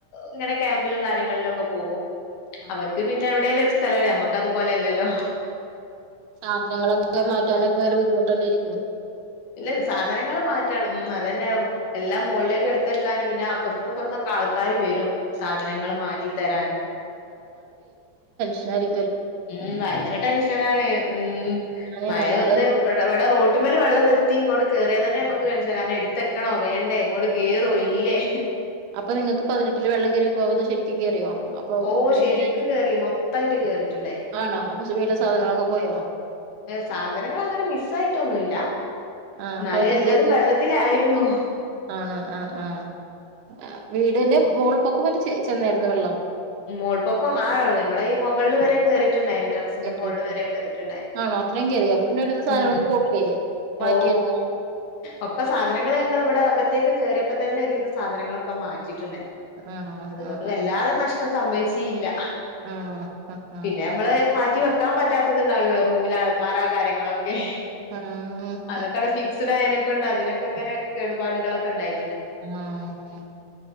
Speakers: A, on the left; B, on the right.
A: ഇങ്ങനെ ക്യാമ്പിലും കാര്യങ്ങളിലുംഒക്കെ പോകും
B: ആഹ്
A: അവർക്ക്
B: ആഹ്
A: പിന്നെ എവിടെലും ഒരു സ്ഥലെ നമ്മക്ക് അതുപോലെയല്ലല്ലോ
B: സാധനങ്ങളൊക്കെ മാറ്റാനൊക്കെ <unintelligible> ബുദ്ധിമുട്ടല്ലെരിക്കും
A: ഇല്ല സാധനങ്ങള് മാറ്റണം ഉ അതന്നെ എല്ലാം മോളിലേയ്ക് എടുത്ത് ക്കാനും പിന്നെ അപ്പുറത്തുന്നിപ്പുറത്തൊക്കെ ആൾക്കാര് വരും സാധനങ്ങൾ മാറ്റിത്തരാന്
B: ശരി
A: ഉം ഭയങ്കര ടെൻഷനാണെ ഉം
B: അങ്ങനെ
A: മഴ
B: നമ്മള്
A: വന്ന് ഇവടെ ഇവടെ റോട്ടിമ്മല് വള്ളം തെത്തി ഇങ്ങോട്ട് കേറിയാതന്നെ മ്മക്ക് എൻഷനാ എട്ത്തക്കണോ വേണ്ടേ ഇങ്ങോട്ട് കേറോ ഇല്ലേ
B: അപ്പൊ നിങ്ങക്ക് പതിനെട്ടില് വെള്ളം കേറി പോവാതെ ശെരിക്കും കേറിയോ അപ്പൊ
A: ഓം ശെരിക്കും
B: എങ്ങ
A: കേറി മൊത്തായിട്ട് കേറീട്ട്ണ്ടായി
B: ആണോ അപ്പൊ വീട്ടിലെ സാധനങ്ങളൊക്കെ
A: ഉം
B: പോയോ
A: സാധനങ്ങളങനെ മിസ്സായീട്ടൊന്നുല്ല
B: ആഹ്
A: ഇന്നാല്
B: അപ്പൊ അതൊക്കെ
A: എല്ലതും
B: എന്ത് ചെയ്തു
A: വള്ളത്തിലായി ഇന്നു
B: ആണ് അഹ് ആഹ് അ വീടിന്റെ മോൾ പൊക്കമറ്റം ചെന്നായിരുന്നു വെള്ളം
A: മോൾപൊക്കം ആഹ് ഞമ്മളീ മൊകള്ല് വരേ കേറി ട്ട്ണ്ടായീനി ടെറസിൻ്റെ
B: കേറിയാരുന്നോ
A: മോള് വരേ കേറീട്ട്ഢേനി
B: ആണോ അത്രയും കേറിയോ അപ്പൊ പിന്നെ ഒരുവിധം സാധനങ്ങളൊക്കെ
A: ഉം
B: പോയില്ലേ മാറ്റിയാരുന്നോ
A: ഓ ഒക്കെ സാധനങള് ഞങ്ങള് ഇവടെ അക ൻ്റെക്ക് കേറിയപ്പതന്നെ ഒരുവിധം സാധനങ്ങളൊക്കെ മാ റ്റ്ണ്ട്
B: ആണോ ആഹ്
A: അതുകൊണ്ട്
B: ആഹ്
A: വല്ലാതെ നഷ് സമ്മയ്ച്ചീല്ല്യ
B: ആണോ ആഹ് ആഹ്
A: പിന്നെ അമ്മള് മാ റ്റി വെക്കാൻ പറ്റാത്തതുണ്ടാവുല്ലോ റൂമില് അൾമറ കാര്യങ ക്കെ
B: ആഹ്
A: അതൊക്കെ അടെ ഫിക്സഡ് ആയേനെ ക്കണ്ട് അതിനൊക്കെങനെ കേടുപാടുകളൊക്കെണ്ടയി
B: ആഹ്